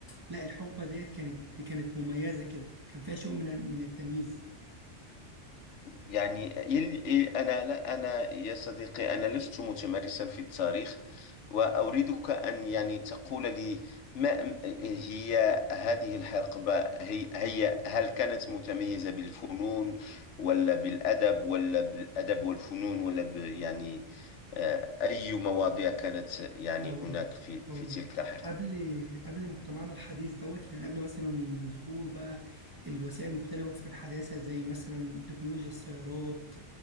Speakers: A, on the right (about 25°); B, on the left (about 75°).
A: لا الحقبة ديت كانت كانت مميزة كده كان فيها شيء من من التمييز
B: يعني إل- إل- أنا لا أنا يا صديقي أنا لست متمرسا في التاريخ وأريدك أن يعني تقول لي ما م- هي هذه الحقبة هي, هي هل كانت متميزة بالفنون ولا بالأدب ولا بالأدب والفنون ولا ب يعني آه، أي مواضيع كانت يعني
A: أقول
B: هناك
A: لك
B: في
A: أقول
B: في تلك
A: لك
B: الحقبة؟
A: قبل قبل مجتمعنا الحديث دوت يعني قبل مثلا ظهور بقى الوسائل المختلفة في الحداثة زي مثلا تكنولوجيا السيارات